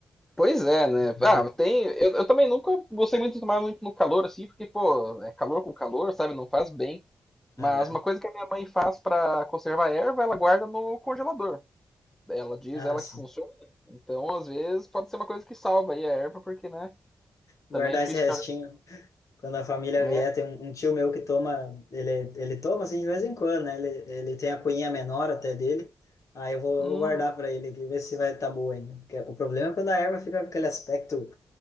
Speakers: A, in the centre; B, on the left (about 55°).
A: Pois é, né?
B: Não
A: Ah,
B: dá.
A: tem. Eu, eu também nunca gostei muito de tomar muito no calor, assim, porque, pô, é calor com calor, sabe? Não faz bem. Mas
B: Aham.
A: uma coisa que a minha mãe faz pra conservar a erva, ela guarda no congelador. ela diz
B: Ah,
A: ela
B: sim.
A: que funciona. Então, às vezes, pode ser uma coisa que salva aí a erva, porque, né?
B: Guardar
A: Também é difícil
B: esse restinho.
A: ficar.
B: Quando a família
A: É.
B: vier, tem um, um tio meu que toma, ele, ele toma assim de vez em quando, né? Ele, ele tem a cunhinha menor até dele. Aí eu vou,
A: Hum,
B: vou guardar para ele aqui, ver se vai estar tá boa ainda. Porque o problema é quando a erva fica com aquele aspecto